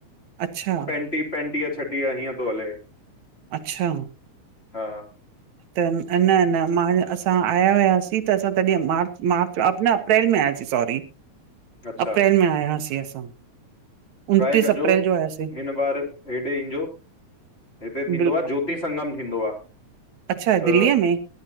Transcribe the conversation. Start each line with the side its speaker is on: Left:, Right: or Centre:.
Right: अच्छा।
Left: पंटीह-छटीह हीअं थो हले।
Right: अच्छा।
Left: हा।
Right: त न-न मां असां असां आया हुआसीं त असां तॾहिं मार्च, मार्च न अप्रैल में आयासीं सॉरी।
Left: अच्छा
Right: अप्रैल में आयासीं असां।
Left: ट्राए
Right: उनतीस
Left: कजो
Right: अप्रैल जो आयासीं
Left: हिन बार हेॾे ईजो हिते थींदो
Right: बिल्कुलु
Left: आहे जो जोति संगम थींदो आ।
Right: अच्छा
Left: त
Right: दिल्लीअ में